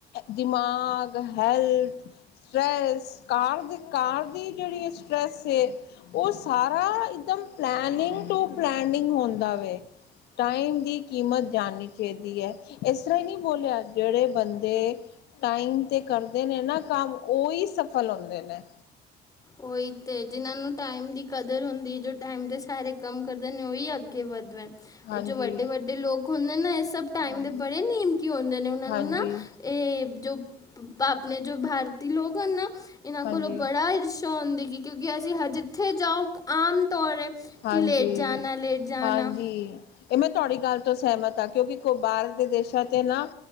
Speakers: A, on the left (about 80°); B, on the left (about 20°).
A: ਦਿਮਾਗ, ਹੈਲਥ ਸਟ੍ਰੈੱਸ ਕਾਰ ਦੀ, ਕਾਰ ਦੀ ਜਿਹੜੀ ਸਟ੍ਰੈੱਸ ਏ ਓਹ ਸਾਰਾ ਇੱਕਦਮ ਪਲੈਨਿੰਗ ਟੂ ਪਲੈਨਿੰਗ ਹੁੰਦਾ ਵੇ। ਟਾਈਮ ਦੀ ਕੀਮਤ ਜਾਣਨੀ ਚਾਹੀਦੀ ਏ, ਇਸ ਇਸ ਤਰ੍ਹਾਂ ਈ ਨਹੀਂ ਬੋਲਿਆ, ਜਿਹੜੇ ਬੰਦੇ ਟਾਈਮ ਤੇ ਕਰਦੇ ਨੇ ਨਾ ਕੰਮ, ਉਹੀ ਸਫਲ ਹੁੰਦੇ ਨੇ।
B: ਓਹੀ ਤੇ ਜਿਹਨਾਂ ਨੂੰ ਟਾਈਮ ਦੀ ਕਦਰ ਹੁੰਦੀ ਏ, ਜੋ ਟਾਈਮ 'ਤੇ ਸਾਰੇ ਕੰਮ ਕਰਦੇ ਨੇ ਉਹੀ ਅੱਗੇ ਵੱਧਦੇਨ।
A: ਹਾਂਜੀ
B: ਇਹ ਜੋ ਵੱਡੇ ਵੱਡੇ ਲੋਕ ਹੁੰਦੇ ਨਾ ਇਹ ਸਭ ਟਾਈਮ
A: ਹਾਂਜੀ
B: ਦੇ ਬੜੇ ਨ ਨੇਮਕੀ ਹੁੰਦੇ ਨੇ ਉਹ
A: ਹਾਂਜੀ
B: ਨੂੰ ਨਾ, ਇਹ ਜੋ ਆਪਣੇ ਜੋ ਭਾਰਤੀ ਲੋਕ ਹਨ ਨਾ ਇਹਨਾਂ
A: ਹਾਂਜੀ
B: ਕੋਲੋਂ, ਬੜਾ ਹੀ ਚਾਹੁੰਦੀਗੀ ਕਿਉਂਕਿ ਅਸੀਂ ਹ ਜਿੱਥੇ ਜਾਓ ਆਮ ਤੌਰ,
A: ਹਾਂਜੀ,
B: ਕਿ ਲੇਟ ਜਾਨਾ ਲੇਟ ਜਾਨਾ,
A: ਹਾਂਜੀ। ਇਹ ਮੈਂ ਤੁਹਾਡੀ ਗੱਲ ਤੋਂ ਸਹਿਮਤ ਹਾਂ ਕਿਉਂਕਿ ਕੋ ਬਾਹਰ ਦੇ ਦੇਸ਼ਾਂ 'ਤੇ ਨਾ,